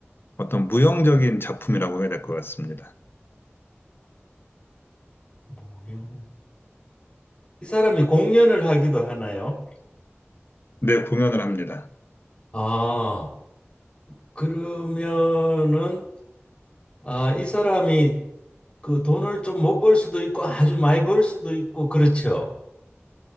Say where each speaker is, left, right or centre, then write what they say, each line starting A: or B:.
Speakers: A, on the left; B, on the left.
A: 어떤 무형적인 작품이라고 해야 될 것 같습니다.
B: 모형. 이 사람이 공연을 하기도 하나요?
A: 네, 공연을 합니다.
B: 아. 그러면은 아, 이 사람이 그 돈을 좀 못 벌 수도 있고 아주 많이 벌 수도 있고 그렇죠.